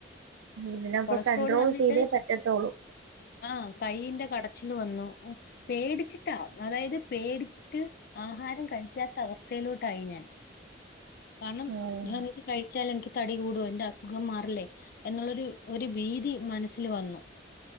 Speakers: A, on the right (about 80°); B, on the left (about 50°).
A: ഇതിനപ്പൊ
B: കൊളസ്ട്രോൾ
A: കണ്ട്രോൾ
B: വന്നിട്ട്
A: ചെയ്തേ പറ്റത്തോള്ളൂ
B: ആ കൈയിന്റെ കടച്ചില് വന്നു പേടിച്ച് ട്ട അതായത് പേടിച്ചിട്ട് ആഹാരം കഴി ക്കാത്ത അവസ്ഥയിലോട്ടായി ഞാൻ കാരണം
A: ഓഹ്.
B: ഞാനത് കഴിച്ചാൽ എനിക്ക് തടികൂടോ എന്റെ അസുഖം മാറില്ലേ എന്നുള്ളൊരു ഒരു ഭീതി മനസ്സില് വന്നു